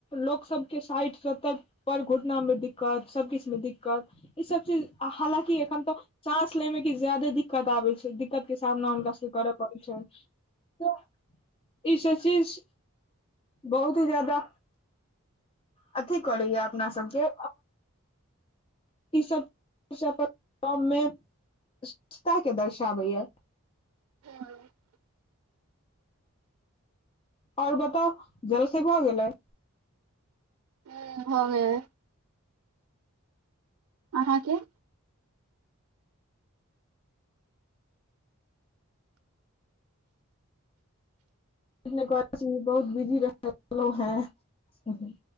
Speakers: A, on the left; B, on the right.
A: लोक सबके साठि सत्तर पर घुटना मे दिक्कत सबकछु में दिक्कत ई सब चीज हालकि एखन तो सााँस ले मे की ज्यादे दिक्कत आबे छै। दिक्कत के सामना हुनका से करऽ पड़ै छैन त। ई सब चीज बहुत ही ज्यादा अथी करैय अपना सबके। ई सब सब गाम में स्वछता के दर्शाबै य।
B: हँ।
A: आओर बताऽ जलखै भ गेलै।
B: हूं भऽ गेलै अहाँके
A: <unintelligible> बहुत बिजी रहेलौं हें।